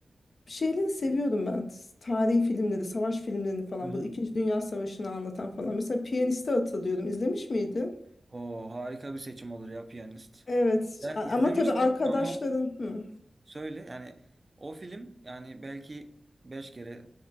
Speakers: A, on the left; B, on the right.
A: Şeyleri seviyorum ben. Tarihi filmleri, savaş filmlerini falan.
B: aha.
A: Bu İkinci Dünya Savaşı'nı anlatan falan. Mesela Piyanist'i hatırlıyorum. İzlemiş miydin?
B: O harika bir seçim olur ya piyanist.
A: Evet.
B: Yani
A: A- Ama
B: izlemiştim
A: tabii arkadaşların...
B: ama
A: Hı.
B: söyle yani o film yani belki 5 kere